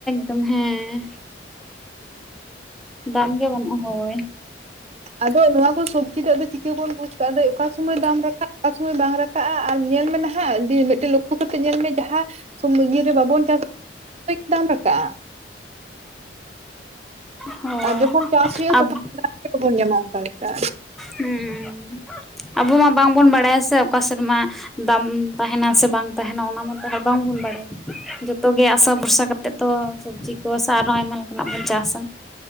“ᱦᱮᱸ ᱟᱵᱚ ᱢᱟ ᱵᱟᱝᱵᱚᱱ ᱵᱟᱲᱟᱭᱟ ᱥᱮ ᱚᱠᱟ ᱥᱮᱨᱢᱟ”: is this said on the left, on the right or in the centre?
Centre